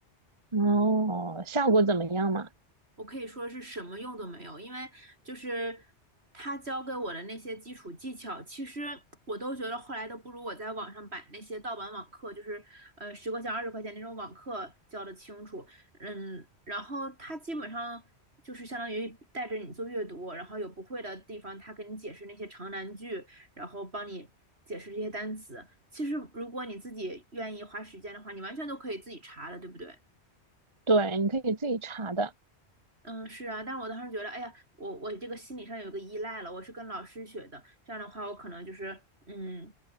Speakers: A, on the right (about 25°); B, on the right (about 65°).
A: 哦，效果怎么样嘛？
B: 我可以说是什么用都没有，因为就是他教给我的那些基础技巧，其实我都觉得后来都不如我在网上买那些盗版网课，就是呃十块钱、二十块钱那种网课教的清楚。嗯，然后他基本上就是相当于带着你做阅读，然后有不会的地方，他给你解释那些长难句，然后帮你解释这些单词。其实如果你自己愿意花时间的话，你完全都可以自己查的，对不对？
A: 对，你可以自己查的。
B: 嗯，是啊，但我当时觉得，哎呀，我我这个心理上有个依赖了，我是跟老师学的，这样的话，我可能就是嗯，